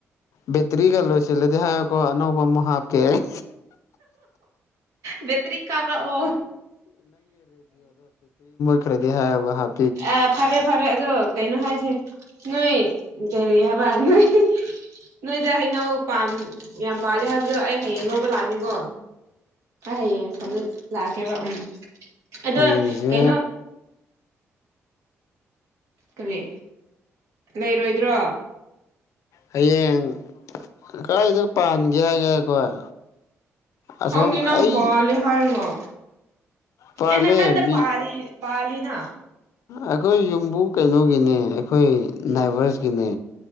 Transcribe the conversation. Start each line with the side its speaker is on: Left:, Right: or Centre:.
Left: ꯕꯤꯠ ꯇ꯭ꯔꯤꯒ ꯂꯣꯏꯁꯤꯜꯂꯗꯤ ꯍꯥꯏꯌꯨꯀꯣ ꯑꯅꯧꯕ ꯑꯃꯨꯛ ꯍꯥꯞꯀꯦ ꯑꯩ
Right: <inaudible> ꯕꯦꯇ꯭ꯔꯤ ꯀꯥꯞꯂꯛꯑꯣ
Left: ꯈꯔꯗꯤ ꯍꯥꯏꯌꯣꯕ ꯍꯥꯞ
Right: ꯑꯦ ꯐꯔꯦ ꯐꯔꯦ ꯑꯗꯨꯗꯤ ꯑꯗꯣ ꯀꯩꯅꯣ ꯍꯥꯏꯁꯦ ꯅꯣꯏ ꯀꯔꯤ ꯍꯥꯏꯕ ꯅꯣꯏ ꯅꯣꯏꯗ ꯍꯩꯅꯧ ꯌꯥꯝ ꯄꯥꯜꯂꯦ ꯍꯥꯏꯕꯗꯣ ꯑꯩ ꯍꯌꯦꯡ ꯂꯧꯕ ꯂꯥꯛꯀꯦꯀꯣ ꯑꯩ ꯍꯌꯦꯡ ꯁꯣꯝꯗ ꯂꯥꯛꯀꯦꯕ ꯎꯝ ꯑꯗꯣ
Left: ꯍꯌꯦꯡꯁꯦ
Right: ꯀꯩꯅꯣ ꯀꯔꯤ ꯂꯩꯔꯣꯏꯗ꯭ꯔꯣ
Left: ꯍꯌꯦꯡ ꯀꯥꯏꯗ ꯄꯥꯟꯒꯦ ꯍꯥꯏꯁꯦ ꯍꯣꯏ ꯑꯁꯣꯝ
Right: ꯈꯪꯗꯦ ꯅꯪ
Left: ꯑꯩ
Right: ꯄꯥꯜꯂꯦ ꯍꯥꯏꯔꯒ
Left: ꯄꯥꯜꯂꯦ
Right: ꯑꯦ ꯅꯥꯀꯟꯗ
Left: ꯃꯤ
Right: ꯄꯥꯜꯂꯤ ꯄꯥꯜꯂꯤꯅ
Left: ꯑꯩꯈꯣꯏ ꯌꯨꯝꯕꯨ ꯀꯩꯅꯣꯒꯤꯅꯦ ꯑꯩꯈꯣꯏ ꯅꯥꯏꯚꯔꯁꯀꯤꯅꯦ